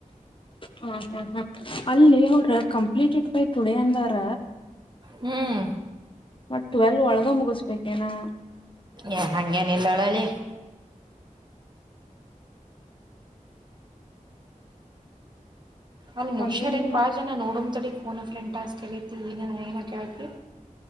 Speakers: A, on the left; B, on the right.
A: ಹಾ ಹಾ್ ಹಾ ಅಲ್ಲಿ ಅವ್ರ ಕಂಪ್ಲೀಟಡ್ ಬೈ ಟುಡೇ ಅಂದಾರ
B: ಹ್ಮ್
A: ಮತ್ತ ಟ್ವವೆಲ್ ಒಳಗ ಮುಗಿಸ್ಬೇಕೇನಾ
B: ಏ ಹಂಗೇನ ಇಲ್ಲಾಳಲ್ಲಿ ಅಲ್ಲಿ ಮುಗ್ಯಾರ
A: ಹಂಗೇನಿಲ್ಲ
B: ಏನ್ ಬಾಳ ಜನ ನೋಡಮ ತಡಡಿ ಕೋನ ಫ್ರೆಂಡ್ ಟಾಸ್ಕ್ ಕಲೈತಿ ಏನ ಏನ ಕೇಳ್ತಿ